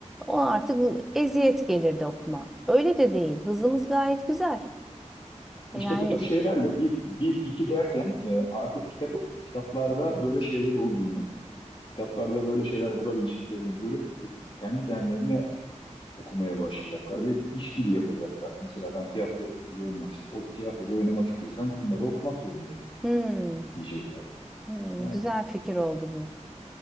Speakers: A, in the centre; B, on the left.
A: Ona artık eziyet gelirdi okuma. Öyle de değil. Hızımız gayet güzel. E,
B: İşte
A: Yani
B: bu tür şeylerle bir, bir, iki derken e, artık kitap, kitaplarda böyle şeyler olduğunu, kitaplarda böyle şeyler bulabileceklerini görüp e, kendi kendilerine okumaya başlayacaklar. Belki iş gibi yapacaklar. Mesela ben tiyatrocu olmak, ist- o tiyatroda oynamak istiyorsam bunları okumak zorundayım
A: hmm,
B: diyecekler.
A: hmm,
B: Yani
A: güzel fikir oldu bu.